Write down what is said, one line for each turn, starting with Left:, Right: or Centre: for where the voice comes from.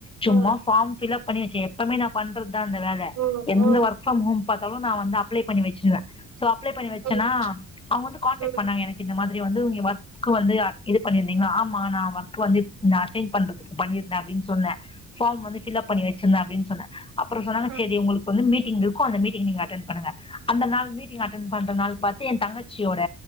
Left: சும்மா
Right: ம்
Left: ஃபாம் பில்அப் பண்ணிச்சு எப்பமே நா பண்றது அந்த வேல
Right: ம் ம்
Left: எந்த
Right: ம்
Left: வொர்க் ஃப்ரம் ஹோம் பார்த்தாலு நா வந்து அப்ளை பண்ணி வச்சுருவே சோ அப்லே பண்ணி வச்சேன்னா
Right: ம்
Left: அவங்க வந்து கான்டக்ட்
Right: ம் ம்
Left: பண்ணங்க எனக்கு இந்த மாதிரி வந்து நீ ஒர்க் வந்து இது பண்ணிருந்தீங்களா ஆமா நான் ஒர்க் வந்து அசைன் பண்றது பண்ணிருந்தே அப்டின்னு சொன்னே ஃப்ரம் வந்து ஃபில்அப் பண்ணி வை சந்த அப்டின்னு சொன்னே அப்பறோ சொன்னாங்க சேரி
Right: ம்
Left: உங்களுக்கு வந்து மீட் மீட்டிங் இருக்கூ அந்த மீட்டிங் நீங்க அட்டென்ட் பண்ணுங்க அந்த நாள் மீட்டிங் அட்டென்ட் பண்ற நாள் பாத்து என் தங்கச்சி தங்கச்சியோட